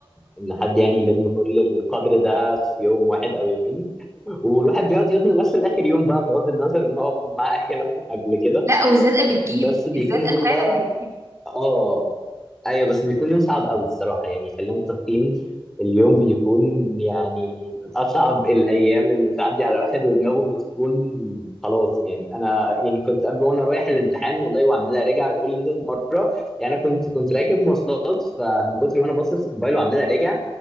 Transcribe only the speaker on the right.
لا والزنقة بتجيب
الزنقة
فعلا
بتجيب